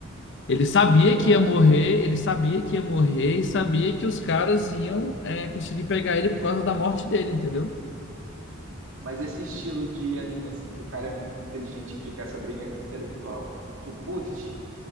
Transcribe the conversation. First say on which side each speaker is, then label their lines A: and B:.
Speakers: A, on the left; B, on the right.
A: Ele
B: Sim,
A: sabia
B: é verdade.
A: que ia morrer, ele sabia que ia morrer e sabia que os caras iam, é, conseguir pegar ele por causa da morte dele, entendeu?
B: Mas esse estilo de anime, assim, que o cara é muito inteligente e fica essa briga intelectual, tu curte?